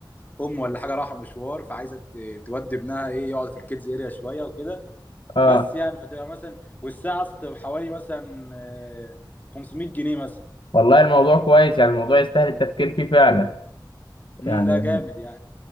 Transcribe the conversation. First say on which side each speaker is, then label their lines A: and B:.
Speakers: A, on the left; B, on the left.
A: آه، ام ولا حاجه رايحه مشوار فعايزه ت- تودي ابنها ايه يقعد في الكيدز اريا شويه وكده
B: اه
A: بس يعني فتبقى مثلا والساعه اصلا تبقى حوالي مثلا آه، 500 جنيه مثلا
B: والله الموضوع كويس يعني الموضوع يستاهل التفكير فيه فعلا
A: امم
B: يعني
A: ده جامد يعني